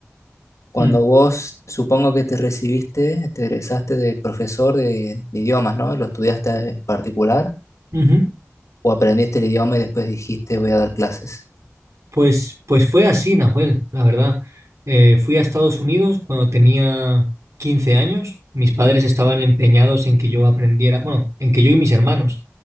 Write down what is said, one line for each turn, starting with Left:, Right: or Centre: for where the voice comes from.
Left: cuando
Right: Mm.
Left: vos supongo que te recibiste, te egresaste de profesor de, de idiomas, ¿no? ¿Lo estudiaste particular
Right: Ujú.
Left: o aprendiste el idioma y después dijiste voy a dar clases?
Right: Pues, pues fue así, Nahuel, la verdad. Eh, fui a Estados Unidos cuando tenía 15 años. Mis padres estaban empeñados en que yo aprendiera, bueno, en que yo y mis hermanos